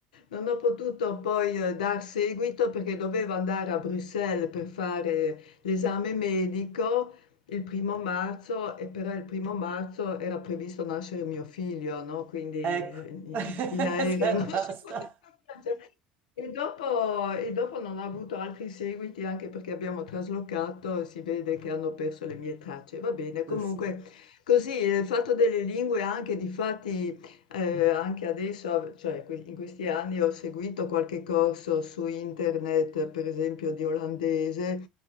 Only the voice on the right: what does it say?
Ecco.
<laughs>
Basta.
Adesso.